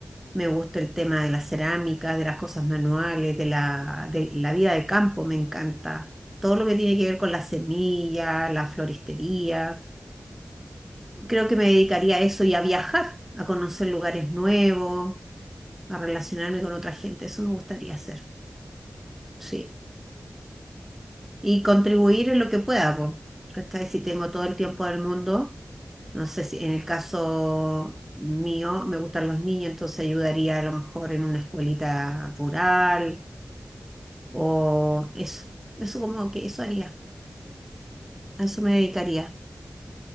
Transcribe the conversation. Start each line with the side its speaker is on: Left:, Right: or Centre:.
Centre: me gusta el tema de las cerámicas, de las cosas manuales, de la, de la vida de campo, me encanta. Todo lo que tiene que ver con la semilla, la floristería. Creo que me dedicaría a eso y a viajar, a conocer lugares nuevos, a relacionarme con otra gente. Eso me gustaría hacer. Sí. y contribuir
Right: Ya,
Centre: en lo que pueda, po, ¿cachai? Si tengo
Right: claro,
Centre: todo el tiempo del mundo, no sé si en el caso mío me gustan los niños, entonces ayudaría a lo mejor en una escuelita rural o eso, eso como que eso haría,
Right: claro. Eh,
Centre: a
Right: tú,
Centre: eso me dedicaría.